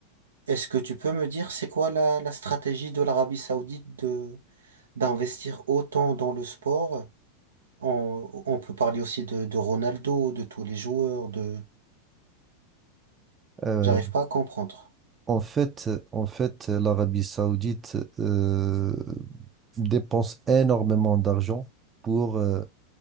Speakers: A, on the right; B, on the right.
A: Est-ce que tu peux me dire c'est quoi la, la stratégie de l'Arabie Saoudite de d'investir autant dans le sport? On, on peut parler aussi de, de Ronaldo, de tous les joueurs, de...
B: Euh,
A: J'arrive pas à comprendre.
B: en fait, en fait, l'Arabie Saoudite euh, dépense énormément d'argent pour euh,